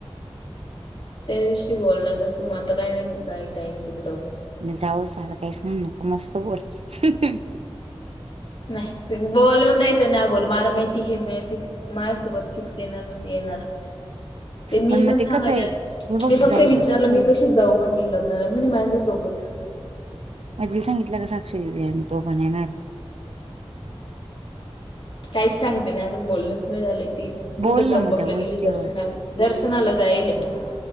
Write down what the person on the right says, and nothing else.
मग जाऊन काहीस म्हणू नको मस्त बोलते हहं. -
पण
मग
कसं आहे
हे बघ
जायचं
कसं
अधीक सांगितलं का? साक्षी दिदी आणि तो पण येणार. -
बोल
ना मग त्या गोष्टीवर